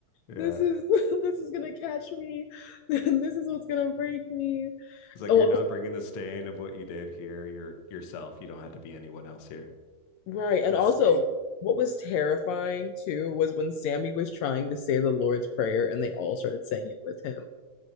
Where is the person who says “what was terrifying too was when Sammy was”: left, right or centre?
Left